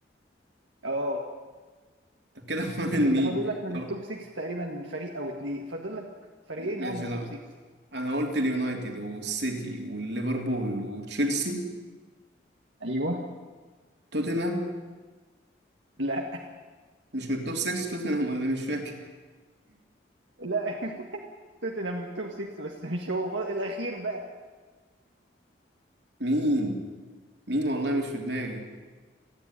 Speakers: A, on the right; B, on the right.
A: اه
B: طب كده <laughs> فاضل
A: انت
B: مين
A: فاضل لك من
B: طب
A: التوب 6 تقريبا فريق او اتنين فاضل لك فريقين
B: ماشي
A: او من التوب
B: لا
A: 6
B: انا قلت اليونايتد والسيتي والليفربول وتشيلسي
A: ايوه
B: توتنهام
A: لا
B: مش من التوب 6 توتنهام ولا مش فاكر
A: لا <laughs> توتنهام من التوب 6 بس مش هو فاضل الاخير بقى
B: مين مين والله مش في دماغي